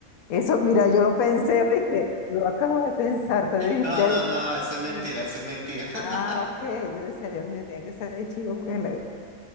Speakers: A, on the left; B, on the right.
A: Eso, mira, yo lo pensé, ¿viste? Lo acabo de pensar, te, adiv-
B: No,
A: te adiviné
B: no, no, eso
A: el pensamiento.
B: es mentira, eso es mentira. <laughs>
A: Ah, ok, yo decía, Dios mío, tiene que ser de chivo, porque la- es